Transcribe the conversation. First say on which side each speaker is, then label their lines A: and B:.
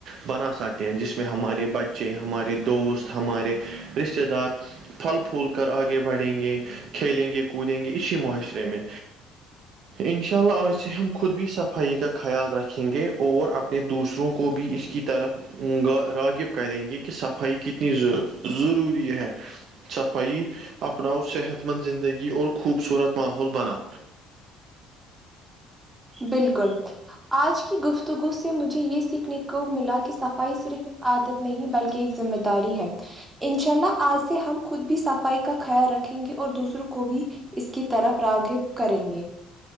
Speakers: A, on the right (about 60°); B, on the right (about 20°).
A: بنا سکتے ہیں جس میں ہمارے بچے ہمارے دوست ہمارے رشتتے دار پھل پھول کر آگے بڑھیں گے کھیلیں گے کودیں گے اسی معاشرے میں ان شاء اللہ آج سے ہم خود بھی صفائی کا خیال رکھیں گے اور اپنے دوسروں کو بھی اس کی طرف راغب کریں گے کہ صفائی کتنی ضروری ہے صفائی اپناؤ صحت مند زندگی اور خوبصورت ماحول بنا
B: بالکل آج کی گفتگو سے مجھے یہ سیکھنے کو ملا کہ صفائی صرف ایک عادت نہیں بلکہ ایک ذمہ داری ہے انشاء اللہ آج سے ہم خود بھی صفائی کا خیال رکھیں گے اور دوسروں کو بھی اس کی طرف راغب کریں گے